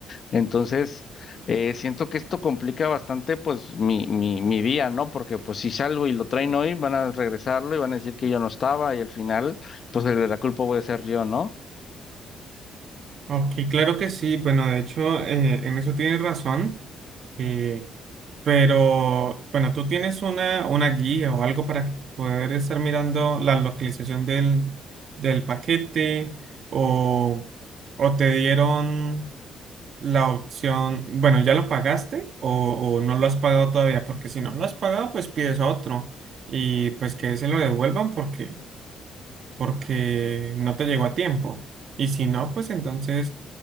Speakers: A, on the left (about 50°); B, on the right (about 60°).
A: Entonces eh, siento que esto complica bastante pues mi, mi, mi día, ¿no? Porque pues si salgo y lo traen hoy, van a regresarlo y van a decir que yo no estaba y al final pues el de la culpa voy a ser yo, ¿no?
B: Ok, claro que sí. Bueno, de hecho, eh, en eso tienes razón. Eh, Pero bueno, tú tienes una, una guía o algo para poder estar mirando la localización del, del paquete o, o te dieron la opción, bueno, ¿ya lo pagaste o, o no lo has pagado todavía? Porque si no lo has pagado, pues pides otro y pues que se lo devuelvan porque porque no te llegó a tiempo. Y si no, pues entonces,